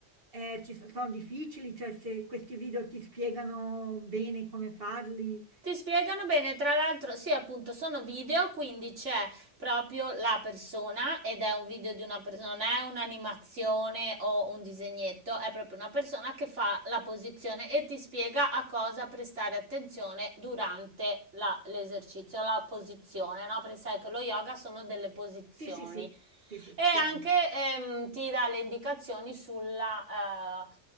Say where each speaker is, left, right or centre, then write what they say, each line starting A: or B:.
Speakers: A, on the right; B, on the right.
A: Eh, ci so- sono difficili, cioè se questi video ti spiegano bene come farli.
B: Ti spiegano bene, tra l'altro, sì, appunto, sono video, quindi c'è proprio la persona ed è un video di una persona, non è un'animazione o un disegnetto, è proprio una persona che fa la posizione e ti spiega a cosa prestare attenzione durante la- l'esercizio, la posizione, no? Perché sai che lo yoga sono delle posizioni
A: Sì, sì, sì, sì, sì,
B: e anche
A: certo.
B: ehm, ti dà le indicazioni sulla eh,